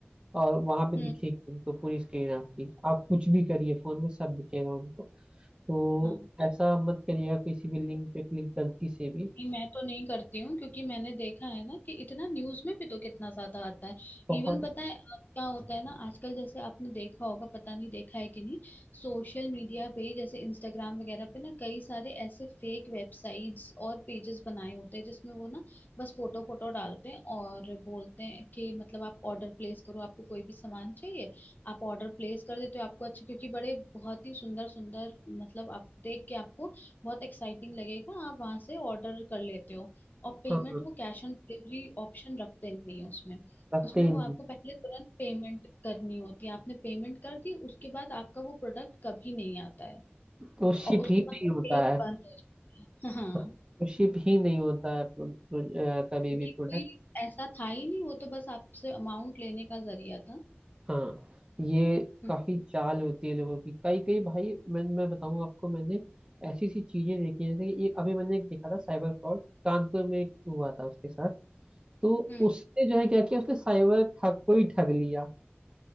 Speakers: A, on the right; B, on the left.
A: और वहां पे
B: हम्म
A: दिखेगी उनको पूरी स्क्रीन आपकी आप कुछ भी करिए फोन में सब दिखेगा उनको तो
B: हाँ
A: ऐसा मत करिएगा किसी भी लिंक पे क्लिक गलती से भी
B: नहीं मैं तो नहीं करती हूँ क्योंकि मैंने देखा है ना कि इतना न्यूज में भी तो कितना ज्यादा आता है
A: बहुत
B: इवन पता है अब क्या होता है ना आजकल जैसे आपने देखा होगा पता नहीं देखा है कि नहीं सोशल मीडिया पे जैसे इंस्टाग्राम वगैरह पे ना कई सारे ऐसे फेक वेबसाइट्स और पेजेस बनाए होते हैं जिसमें वो ना बस फोटो फोटो डालते हैं और बोलते हैं कि मतलब आप ऑर्डर प्लेस करो आपको कोई भी सामान चाहिए आप ऑर्डर प्लेस कर देते हो आपको अच्छे क्योंकि बड़े बहुत ही सुंदर सुंदर मतलब आप देख के आपको बहुत एक्साइटिंग लगेगा आप वहां से ऑर्डर कर लेते हो और पेमेंट
A: हाँ
B: वो कैश ऑन डिलीवरी ऑप्शन रखते नहीं है उसमें
A: रखते
B: उसमें
A: ही
B: वो
A: नहीं
B: आपको पहले तुरंत पेमेंट करनी होती है आपने पेमेंट कर दी उसके बाद आपका वो प्रोडक्ट कभी नहीं आता है
A: तो शिप
B: और उसके
A: ही नहीं
B: बाद वो
A: होता
B: पेज
A: है
B: बंद हो जाता है हाँ
A: तो शिप ही नहीं होता है प्रो, प्रो, अ, कभी
B: क्योंकि
A: भी
B: कोई
A: प्रोडक्ट
B: ऐसा था ही नहीं वो तो बस आपसे अमाउंट लेने का जरिया था
A: हाँ ये
B: हम्म
A: काफी चाल होती है लोगों की कई कई भाई मैं मैं बताऊं आपको मैंने ऐसी ऐसी चीजें देखी हैं, जैसे कि एक अभी मैंने एक देखा था साइबर फ्रॉड कानपुर में एक हुआ था उसके साथ तो
B: हम्म
A: उसने जो है क्या किया उसने साइबर ठग को ही ठग लिया